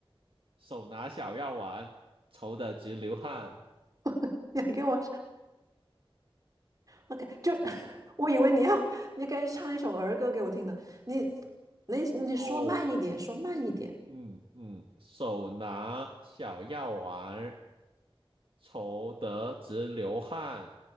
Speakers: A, on the right; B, on the right.
A: 手拿小药丸，愁得直流汗，
B: <laughs> 你还给我，OK，就 <laughs> 我以为你要，你该唱一首儿歌给我听呢。你，你，你说慢一点，
A: 哦。
B: 说慢一点。
A: 嗯嗯，手拿小药丸儿，愁得直流汗。